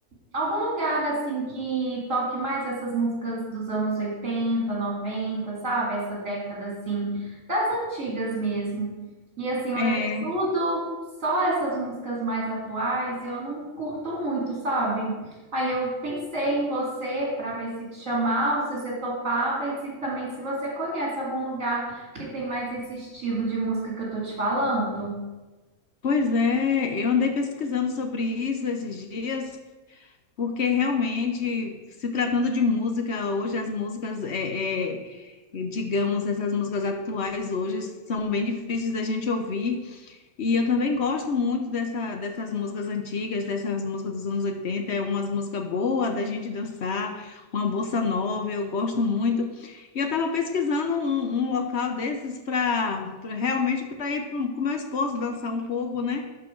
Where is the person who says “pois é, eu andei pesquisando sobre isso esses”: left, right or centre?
Left